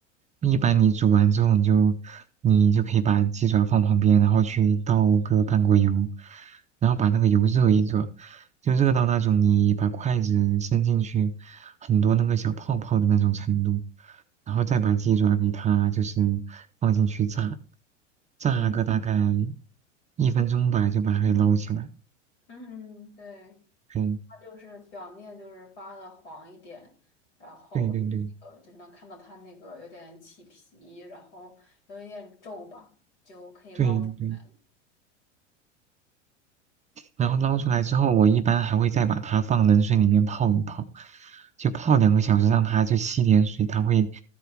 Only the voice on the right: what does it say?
一般你煮完之后，你就你就可以把鸡爪放旁边，然后去倒个半锅油，然后把那个油热一热，就热到那种你把筷子伸进去很多那个小泡泡的那种程度，然后再把鸡爪给它就是放进去炸，炸个大概
一分钟吧，就把它给捞起来。
嗯，
对对对
对对。然后捞出来之后，
我一般还会再把它放冷水里面泡一泡，就泡两个小时，让它就吸点水，它会